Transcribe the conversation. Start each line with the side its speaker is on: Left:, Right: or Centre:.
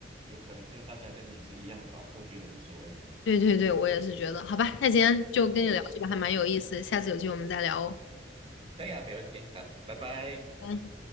Right: 有可能就是大家跟你是一样的吧，都觉得无所谓。
Left: 对对对，我也是觉得，好吧，那今天就跟你聊这个还蛮有意思下次有机会我们再聊哦。
Right: 嗯，可以啊，没问题啊，拜拜。
Left: 拜拜